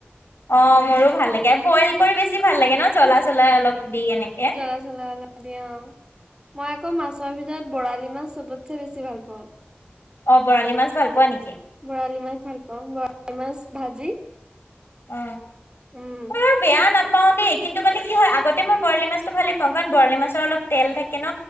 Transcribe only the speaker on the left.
অ মোৰো ভাল লাগে বইল কৰি বেছি ভাল লাগে ন জ্বলা চলা অলপ দি কেনি
অ বৰালি মাছ ভাল পোৱা নেকি
অ
মইও বেয়া নাপ নাপাওঁ দেই কিন্তু মানে কি হয় আগতে মই বৰালি মাছটো ভালে পাওঁ কাৰণ বৰালি মাছৰ অলপ তেল থাকে ন